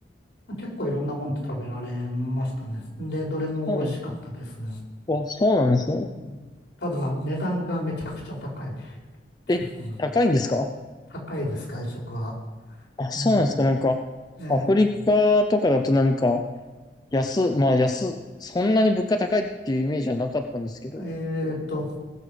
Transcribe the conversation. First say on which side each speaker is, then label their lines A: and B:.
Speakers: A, on the left; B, on the left.
A: 結構いろんなもの食べられましたね。で、どれも美味しかったです
B: そうなんですね。あ、そうなんですね。
A: うんただ、値段がめちゃくちゃ高いっていうのが、
B: え、高いんですか
A: <laughs> 高いです、外食は。
B: あ、そうなんですかなんか、
A: ええ、え
B: アフリカとかだとなんか、安、まあ安、そんなに物価高いっていうイメージはなかったんですけど。
A: え、えーと、